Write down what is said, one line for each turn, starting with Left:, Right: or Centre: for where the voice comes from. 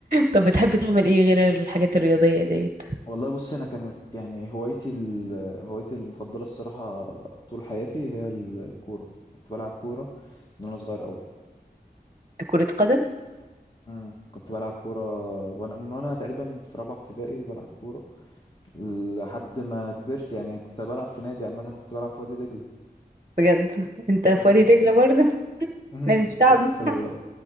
Right: طب بتحب تعمل ايه غير الحاجات الرياضية ديت
Left: والله بص انا كانت يعني هوايتي ال... هوايتي المفضله الصراحه طول حياتي هي الكوره كنت بلعب كوره من وانا صغير قوي
Right: كرة قدم
Left: امم كنت بلعب كوره وانا من وانا تقريبا في رابعه ابتدائي بلعب كوره لحد ما كبرت يعني كنت بلعب في نادي عامه كنت بلعب في وادي دجله
Right: بجد انت في
Left: امم
Right: وادي دجلة برضه <laughs>
Left: امم
Right: نادي الشعبي
Left: كنت في ال...